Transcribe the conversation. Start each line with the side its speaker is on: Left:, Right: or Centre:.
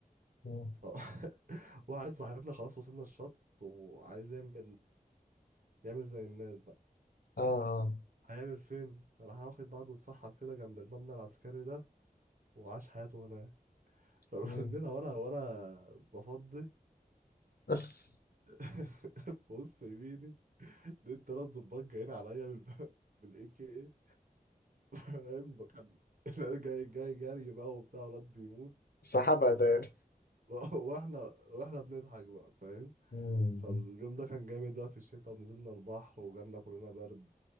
Left: مم.
Right: ف... <laughs> واحد صاحبنا خلاص وصلنا الشط وعايز يعمل يعمل زي الناس بقى
Left: اه اه
Right: هيعمل فين راح واخد بعضه واتسحب كده جنب المبنى العسكري ده وعاش حياته هناك <laughs> فبالليل
Left: مم.
Right: وانا وانا بفضي
Left: <laughs>
Right: <laughs> بص يميني لقيت تلات ظباط جايين عليا بال بالاي كي اي فاهم كان لا، جاي جاي جري بقى وبتاع ولاد بيموت
Left: سحبها
Right: واحنا مش...
Left: تاني
Right: واحنا واحنا بنضحك بقى فاهم
Left: مم.
Right: فاليوم ده كان جامد بقى في الشتاء ونزلنا البحر وجالنا كلنا برد